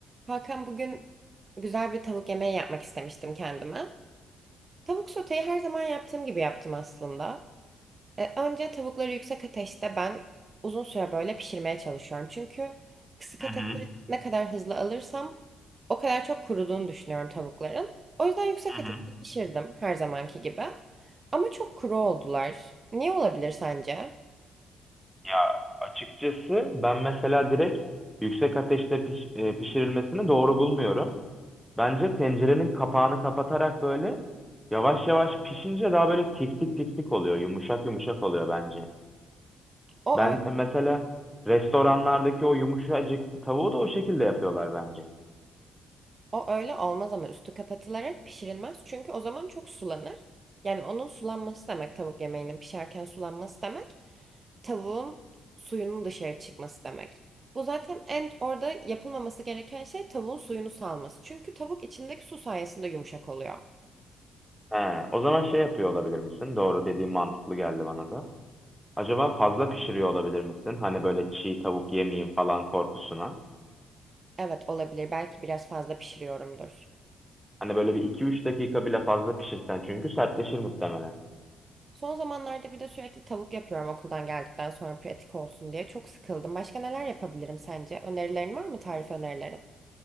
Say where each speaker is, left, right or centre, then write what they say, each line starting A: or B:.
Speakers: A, on the right (about 30°); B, in the centre.
A: Hakan bugün güzel bir tavuk yemeği yapmak istemiştim kendime. Tavuk soteyi her zaman yaptığım gibi yaptım aslında. E, önce tavukları yüksek ateşte ben uzun süre böyle pişirmeye çalışıyorum. Çünkü kısık
B: Hı
A: ateşte
B: hı.
A: ne kadar hızlı alırsam o kadar çok kuruduğunu düşünüyorum tavukların. O yüzden yüksek
B: Hı hı.
A: ateşte pişirdim her zamanki gibi. Ama çok kuru oldular. Niye olabilir sence?
B: Ya açıkçası ben mesela direkt yüksek ateşte piş- e, pişirilmesini doğru bulmuyorum. Bence tencerenin kapağını kapatarak böyle yavaş yavaş pişince daha böyle tiftik tiftik oluyor. Yumuşak yumuşak oluyor bence.
A: O
B: Ben e, mesela restoranlardaki o yumuşacık tavuğu da o şekilde yapıyorlar bence.
A: O öyle olmaz ama üstü kapatılarak pişirilmez. Çünkü o zaman çok sulanır. Yani onun sulanması demek tavuk yemeğinin pişerken sulanması demek. Tavuğun suyunun dışarı çıkması demek. Bu zaten en orada yapılmaması gereken şey tavuğun suyunu salması. Çünkü tavuk içindeki su sayesinde yumuşak oluyor.
B: He, o zaman şey yapıyor olabilir misin? Doğru dediğin mantıklı geldi bana da. Acaba fazla pişiriyor olabilir misin? Hani böyle çiğ tavuk yemeyeyim falan korkusuna.
A: Evet olabilir. Belki biraz fazla pişiriyorumdur.
B: Hani böyle bir iki üç dakika bile fazla pişirsen çünkü sertleşir muhtemelen.
A: Son zamanlarda bir de sürekli tavuk yapıyorum okuldan geldikten sonra pratik olsun diye. Çok sıkıldım. Başka neler yapabilirim sence? Önerilerin var mı tarif önerilerin?